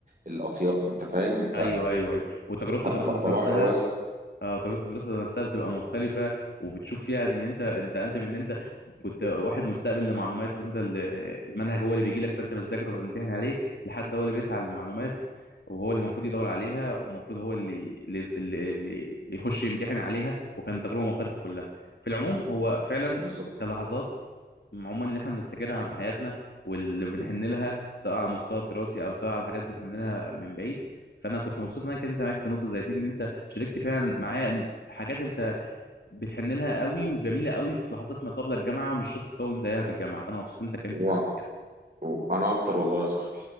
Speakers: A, on the right; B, on the left.
A: الأطياف أنت فاهم
B: ايوه
A: ف...
B: ايوه ايوه وتجربه
A: ف...
B: الدراسه
A: ف-
B: ذات
A: فبحر
B: نفسها
A: واسع
B: اه تجربة الدراسة نفسها بتبقى مختلفة وبتشوف فيها ان انت انت انت من ان انت كنت واحد مستقبل لمعلومات وانت ال- المنهج هو اللي بيجي لك فانت بتذاكره وبتمتحن عليه لحد هو اللي بيسعى للمعلومات وهو اللي المفروض يدور عليها والمفروض هو اللي اللي, اللي اللي يخش يمتحن عليها وكان تجربة مختلفة كلها في العموم هو فعلا
A: بالظبط
B: كلحظات عموما اللي احنا بنفتكرها عن حياتنا واللي بنحن لها سواء على المستوى الدراسي او سواء على حاجات بنحن لها من بعيد فانا كنت مبسوط ان انا كنت معاك في نقطة زي دي ان انت شاركت فعلا معايا حاجات انت بتحن لها قوي وجميله قوي في لحظات ما قبل الجامعه ومش شرط تكون زيها في الجامعه فانا مبسوط انت اتكلمت في
A: و...
B: حاجه
A: و- أنا أكتر والله يا صاحبي